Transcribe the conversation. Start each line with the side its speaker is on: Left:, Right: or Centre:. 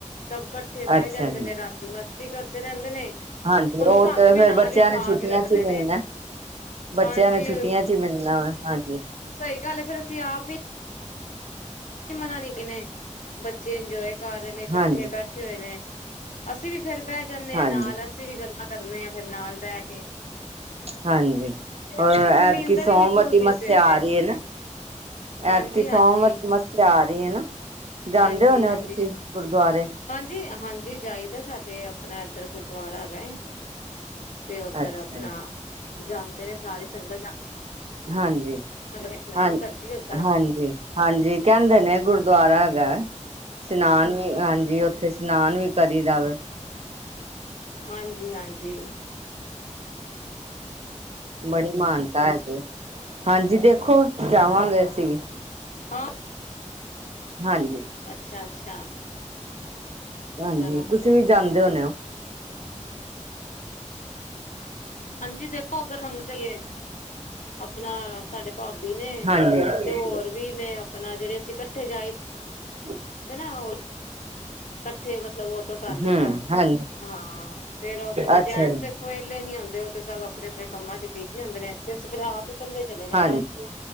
Left: ਸਭ ਇਕੱਠੇ ਬੈ
Right: ਅੱਛਾ
Left: ਜਾਂਦੇ
Right: ਜੀ
Left: ਨੇ ਰਾਤੀ ਮਸਤੀ ਕਰਦੇ ਰੈਂਦੇ ਨੇ
Right: ਹਾਂਜੀ
Left: ਹੁਣ
Right: ਓ
Left: ਸਾਨੂੰ
Right: ਤੇ
Left: ਵੀ
Right: ਫੇਰ
Left: ਨਾਲ
Right: ਬੱਚਿਆਂ
Left: ਹੀ ਉਠਾ
Right: ਨੇ ਛੁੱਟੀਆਂ
Left: ਕੇ ਰੱਖਦੇ
Right: ਚ ਈ ਮਿਲਣਾ।
Left: ਨੇ
Right: ਬੱਚਿਆਂ
Left: ਹਾਂਜੀ
Right: ਨੇ ਛੁੱਟੀਆਂ ਚ ਈ ਮਿਲਣਾ ਵੈ ਹਾਂਜੀ
Left: ਸਈ ਗੱਲ ਏ, ਫੇਰ ਅਸੀਂ ਆਪ ਈ ਮਨਾ ਨੀ ਕਿਨੇ ਬੱਚੇ ਇੰਜੋਏ ਕਰ ਰੇ ਨੇ ਇਕੱਠੇ
Right: ਹਾਂਜੀ
Left: ਬੈਠੇ ਇਕੱਠੇ ਹੋਏ ਨੇ ਅਸੀਂ ਵੀ ਫੇਰ ਬੈ ਜਣੇ
Right: ਹਾਂਜੀ
Left: ਆ ਨਾਲ ਅਸੀਂ ਵੀ ਗੱਲਾਂ ਕਰਨੇ ਹਾਂ ਫਿਰ ਨਾਲ ਬੈ ਕੇ
Right: ਹਾਂਜੀ
Left: ਤੇ
Right: ਹੋ
Left: ਆਪਣਾ
Right: ਐਤਕੀ
Left: ਫੇਰ ਨੀਂਦਰ
Right: ਸੋਮਵਤੀ
Left: ਹੀ ਨੀ ਖੁੱਲਦੀ
Right: ਮੱਸਿਆ
Left: ਸਵੇਰੇ
Right: ਆ ਰੀ ਏ ਨਾ
Left: ਹਾਂਜੀ,
Right: ਐਤਕੀ ਸੋਮਵਤੀ
Left: ਹਾਂਜੀ।
Right: ਮੱਸਿਆ ਆ ਰੀ ਏ ਨਾ, ਜਾਂਦੇ
Left: ਹਾਂਜੀ,
Right: ਹੋਣੇ
Left: ਹਾਂਜੀ,
Right: ਓ ਤੁਸੀਂ। ਗੁਰਦਵਾਰੇ।
Left: ਹਾਂਜੀ, ਹਾਂਜੀ ਜਾਈਦਾ ਸਾਡੇ ਆਪਣਾ ਐਧਰ ਗੁਰਦੁਆਰਾ ਹੈਗਾ ਏ। ਤੇ ਓਧਰ
Right: ਅੱਛਾ
Left: ਆਪਣਾ
Right: ਜੀ।
Left: ਜਾਂਦੇ ਨੇ ਸਾਰੀ ਸੰਗਤ ਜਾਂ
Right: ਹਾਂਜੀ-ਹਾਂ-ਹਾਂਜੀ।
Left: ਇਸ਼ਨਾਨ ਕਰਦੀ ਉੱਧਰ
Right: ਹਾਂਜੀ, ਕੈਂਦੇ ਨੇ ਗੁਰਦਆਰਾ ਹੈਗਾ। ਸਿਨਾਨ ਵੀ ਹਾਂਜੀ ਓਥੇ ਸਿਨਾਨ ਵੀ ਕਰੀ ਦਾ ਵੇ।
Left: ਹਾਂਜੀ-ਹਾਂਜੀ।
Right: ਬੜੀ ਮਾਨ ਤਾਂ ਹੈਗੇ। ਹਾਂਜੀ ਦੇਖੋ ਜਾਵਾਂਗੇ ਅਸੀਂ ਵੀ।
Left: ਹਾਂ
Right: ਹਾਂਜੀ,
Left: ਅੱਛਾ ਅੱਛਾ
Right: ਹਾਂਜੀ
Left: ਚਲੋ
Right: ਤੁਸੀਂ ਵੀ ਜਾਂਦੇ ਹੋਣੇ ਓ।
Left: <unintelligible> ਹਾਂਜੀ ਦੇਖੋ ਅਗਰ ਹੁੰਦੀ ਏ ਆਪਣਾ ਸਾਡੇ ਪਾਬੀ ਨੇ
Right: ਹਾਂਜੀ
Left: ਤੇ ਹੋਰ ਵੀ ਨੇ ਆਪਣਾ ਜੇੜੇ ਅਸੀਂ ਕੱਠੇ ਜਾਈ
Right: ਹੁੰ
Left: ਦੇਣਾ ਓ ਏਥੇ ਮਤਲਬ ਅੋਟੋ ਕੱਰ ਲਦਾ,
Right: ਹੂੰ ਹਾਂਜੀ
Left: ਹਾਂ, ਫੇਰ ਓ ਅਪਣਾ
Right: ਅੱਛਾ
Left: ਜੈਨਸ
Right: ਜੀ।
Left: ਹੋਏਲੇ ਨੀ ਓਦੇ ਓ ਤੇ ਸਭ ਅਪਣੇ-ਅਪਣੇ ਕੰਮਾਂ ਚ ਬਿਜੀ ਹੁੰਦੇ ਨੇ, ਤੇ ਅਸੀਂ ਫੇਰ ਆਪ ਈ ਕਲੇ ਚਲੇ ਜਾਈਦੈ
Right: ਹਾਂਜੀ